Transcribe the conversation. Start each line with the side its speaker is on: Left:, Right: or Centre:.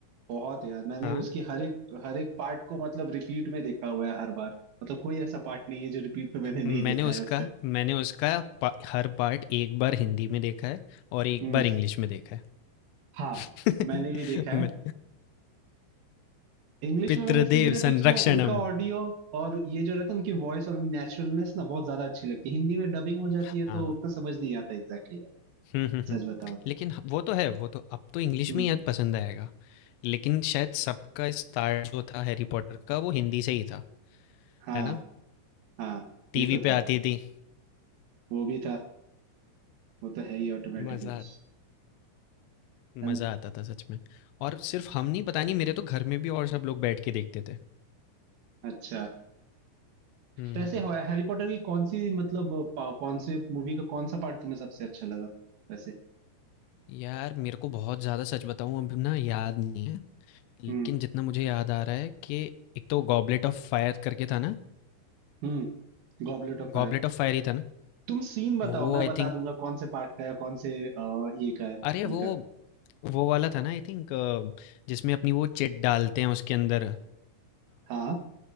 Right: बहुत यार मैंने
Left: हाँ
Right: उसकी हर एक हर एक पार्ट को मतलब रिपीट में देखा हुआ है हर बार मतलब कोई ऐसा पार्ट नहीं है जो रिपीट पे मैंने नहीं
Left: मैंने
Right: देखा
Left: उसका
Right: है उसका
Left: मैंने उसका पा, हर पार्ट एक बार हिंदी में देखा है और एक
Right: हम्म
Left: बार इंग्लिश में देखा है
Right: हाँ
Left: <laughs>
Right: मैंने भी देखा
Left: मैं-
Right: है इंग्लिश
Left: पितृदेव
Right: में मैंने इसलिए देखा कि
Left: संरक्षणम
Right: उसमें उनका ऑडियो और ये जो रहता है उनकी वॉइस और नेचुरलनेस ना बहुत ज्यादा अच्छी लगती है हिंदी में डबिंग हो जाती
Left: हाँ
Right: है तो उतना समझ नहीं आता एग्जैक्टली यार
Left: हम्म, हम्म, हम्म।
Right: सच बताओ तो
Left: लेकिन ह- वो तो है वो तो अब तो इंग्लिश
Right: हम्म
Left: में ही पसंद आएगा लेकिन शायद सबका स्टार्ट जो था हैरी पॉटर का वो हिंदी से ही था
Right: हाँ
Left: है ना
Right: हाँ
Left: टीवी
Right: ये तो
Left: पे
Right: था
Left: आती थी
Right: वो भी था वो तो है ही ऑटोमेटिकली
Left: मज़ा
Right: है ना
Left: मज़ा आता था सच में और सिर्फ हम नहीं पता नहीं मेरे तो घर में भी और सब लोग बैठ के देखते थे
Right: अच्छा
Left: हम्म
Right: वैसे हैरी पॉटर की कौन सी मतलब पा- कौन से मूवी का कौन सा पार्ट तुम्हें सबसे अच्छा लगा वैसे
Left: यार मेरे को बहुत ज़्यादा सच बताऊँ अभी ना याद नहीं है लेकिन
Right: हम्म
Left: जितना मुझे याद आ रहा है कि एक तो गॉबलेट ऑफ फायर करके था ना
Right: हम्म गॉबलेट ऑफ फायर
Left: गॉबलेट ऑफ फायर ही था ना
Right: तुम सीन बताओ
Left: वो
Right: मैं
Left: आई
Right: बता
Left: थिंक
Right: दूंगा कौन से पार्ट का है कौन से अ, ये का है
Left: अरे
Right: उनका
Left: वो वो वाला था ना आई थिंक जिसमें अपनी वो चिट डालते हैं उसके अंदर
Right: हाँ